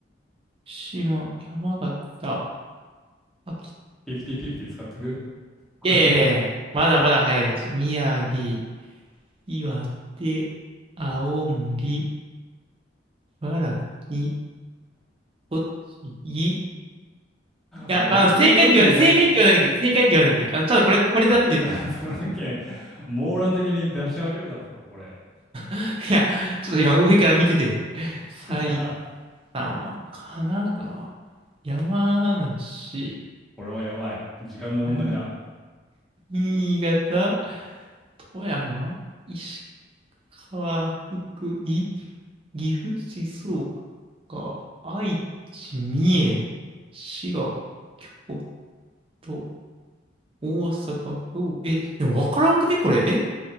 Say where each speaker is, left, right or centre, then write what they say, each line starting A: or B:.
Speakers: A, on the right; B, in the centre.
A: 島、山形、秋、
B: 50-50使ってく <laughs>
A: いやいやいやいや、まだまだ早いです。宮城、岩手、青森、茨城、栃木、いや、
B: もうこれ結局47、
A: あの、正解って言わ、正解って言わなくていい。正解って言わなくていい。あの、ただこれ、
B: 結局47都道府県、
A: これだって言っ
B: 網羅的に出し始めたぞ、これ。
A: <laughs> いや、ちょっと今上から見てて。埼
B: <laughs>
A: 玉、神奈川、山梨、
B: これはやばい。時間の問題だ。
A: うん新潟、富山、石川、福井、岐阜、静岡、愛知、三重、滋賀、京都、大阪、兵庫え、でも分からんくね、これ。え、